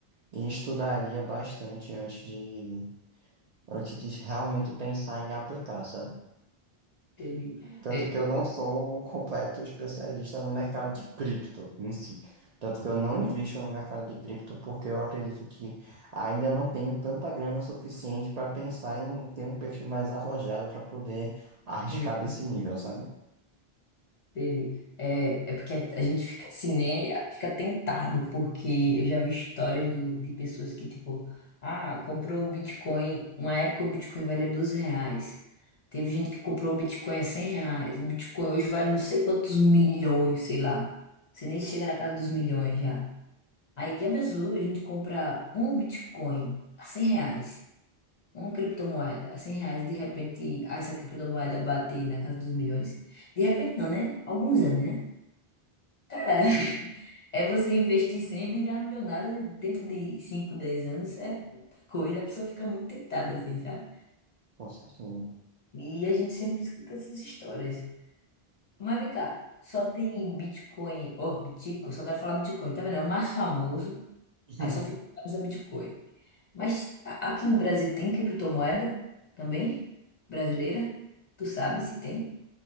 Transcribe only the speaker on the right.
e estudaria bastante antes de, antes de realmente pensar em aplicar, sabe?
Tanto
que eu não
sou um completo especialista no mercado de cripto em si. Tanto que eu não invisto no mercado de cripto porque eu acredito que ainda não tenho tanta grana suficiente para pensar em ter um perfil mais arrojado para poder arriscar
desse nível, sabe?
Com certeza.
<laughs>